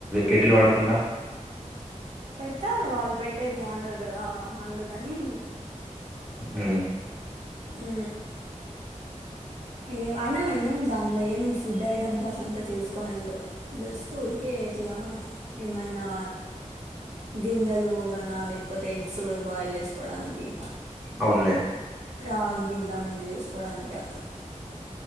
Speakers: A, in the centre; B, on the right.
A: కెటీలు వాడుకుంటా
B: పెడతారు వాళ్ళు పెట్టేది బాగుండదు కదా అందుకని
A: ఉ
B: ఉ ఏ అయినా మేమేం దాంట్లో ఏం ఫుడ్ ఐటమ్స్ అట్లంతా చేసుకోని వెళ్దు జస్ట్ ఊరికే ఇట్లా ఏమన్నా గింజెలు కన లేకపోతే ఎగ్స్ బాయిల్ చేసుకోవడానికి
A: అవునులే
B: రాగి గంజి చేసుకోడానికి అట్లా